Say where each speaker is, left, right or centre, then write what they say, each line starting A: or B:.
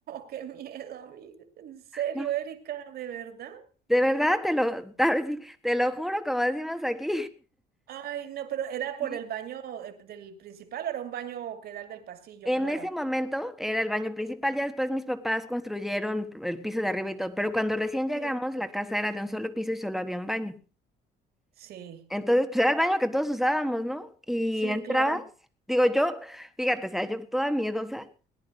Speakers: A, on the right; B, in the centre.
A: <laughs> qué miedo, amiga. ¿En serio,
B: No,
A: Erika? ¿De verdad?
B: de verdad, te lo, <laughs> ahora sí, te lo juro, como decimos aquí.
A: Ay, no, pero ¿era por
B: <laughs>
A: el baño eh, del principal o era un baño que era el del pasillo?
B: En
A: ¿Cómo
B: ese
A: era?
B: momento era el baño principal, ya después mis papás construyeron el piso de arriba y todo, pero cuando recién llegamos
A: Sí.
B: la casa era de un solo piso y solo había un baño.
A: Sí,
B: Entonces, pues era el baño que todos usábamos, ¿no? Y
A: sí,
B: entrabas,
A: claro.
B: digo yo, fíjate, o sea, yo toda miedosa,